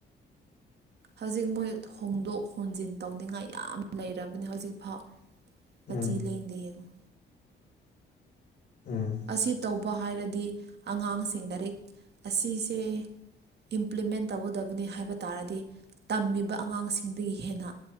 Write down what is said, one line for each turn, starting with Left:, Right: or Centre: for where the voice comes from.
Left: <inaudible>
Right: ꯍꯧꯖꯤꯛ ꯃꯣꯏ ꯍꯣꯡꯗꯣꯛ ꯍꯣꯟꯖꯤꯟ ꯇꯧꯅꯤꯡꯉꯥꯏ ꯌꯥꯝ ꯂꯩꯔꯕꯅꯤ ꯍꯧꯖꯤꯛꯐꯥꯎ
Left: ꯎꯝ
Right: ꯃꯆꯤ ꯂꯦꯡꯗꯦ ꯌꯦꯡꯉꯨ
Left: ꯎꯝ
Right: ꯑꯁꯤ ꯇꯧꯕ ꯍꯥꯏꯔꯗꯤ ꯑꯉꯥꯡꯁꯤꯡ ꯂꯥꯏꯔꯤꯛ ꯑꯁꯤꯁꯦ ꯏꯝꯄ꯭ꯂꯤꯃꯦꯟ ꯇꯧꯒꯗꯕꯅꯤ ꯍꯥꯏꯕ ꯇꯥꯔꯗꯤ ꯇꯝꯃꯤꯕ ꯑꯉꯥꯡꯁꯤꯡꯗꯒꯤ ꯍꯦꯟꯅ